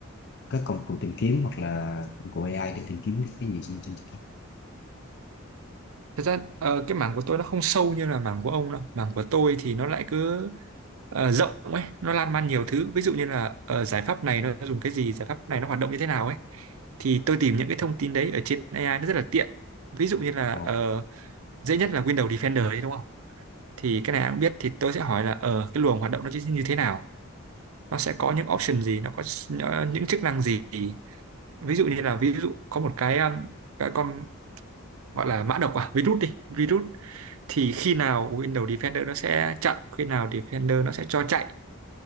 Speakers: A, on the left; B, on the right.
A: các công cụ tìm kiếm hoặc là công cụ AI để tìm kiếm cái gì trên trên TikTok
B: Thật ra ờ, cái mảng của tôi nó không sâu như là mảng của ông đâu. Mảng của tôi thì nó lại cứ ờ, rộng ấy, nó lan man nhiều thứ. Ví dụ như là ờ, giải pháp này nó dùng cái gì, giải pháp này nó hoạt động như thế nào ấy. Thì tôi tìm những cái thông tin đấy ở trên AI nó rất là tiện. Ví dụ như là
A: Ờ,
B: ờ, dễ nhất là Windows Defender đấy đúng không? Thì cái này ai cũng biết thì tôi sẽ hỏi là ờ cái luồng hoạt động nó như thế nào? Nó sẽ có những option gì, nó có s- những chức năng gì? Ví dụ như là ví dụ có một cái um, cái con gọi là mã độc à, virus đi, virus thì khi nào Windows Defender nó sẽ chặn khi nào Defender nó sẽ cho chạy